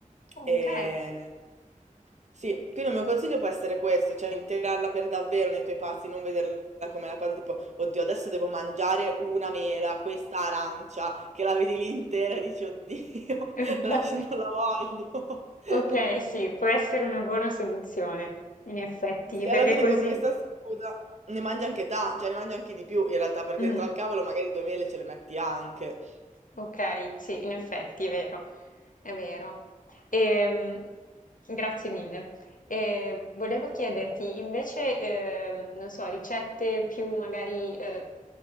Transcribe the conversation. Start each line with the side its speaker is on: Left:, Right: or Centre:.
Left: ok.
Right: E...
Left: Ok,
Right: Sì, quindi il mio consiglio può essere questo, cioè integrarla per davvero nei tuoi pasti, non vederla come la cosa tipo, oddio, adesso devo mangiare una mela, questa arancia, che la vedi lì intera e dici, oddio,
Left: <laughs>
Right: <laughs> lascia- non la voglio. <laughs>
Left: ok, sì, può essere una buona soluzione, in effetti,
Right: Sì,
Left: perché
Right: alla fine
Left: così.
Right: con questa Però- scusa ne mangi anche ta, cioè ne mangi anche di più in realtà, perché
Left: Mm.
Right: dentro al cavolo magari due mele ce le metti anche.
Left: Ok, sì, in effetti è vero, è vero. Ehm, grazie mille. E volevo chiederti invece, ehm, non so, ricette più magari eh,